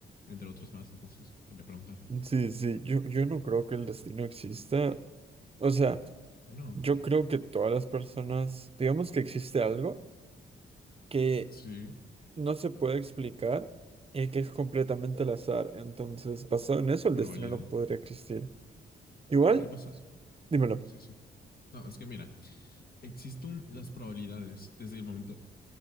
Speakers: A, on the left (about 45°); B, on the right (about 25°).
A: entre otros más. Entonces, quería preguntarte.
B: Sí, sí, yo, yo no creo que el destino exista. O sea,
A: Bueno,
B: yo creo que todas las personas, digamos que existe algo que
A: sí,
B: no se puede explicar y que es completamente al azar. Entonces, basado en eso, el
A: probabilidad.
B: destino no podría existir. Igual,
A: ¿Pero qué pasa?
B: dímelo.
A: Sí, sí. No, es que mira, existen las probabilidades desde el momento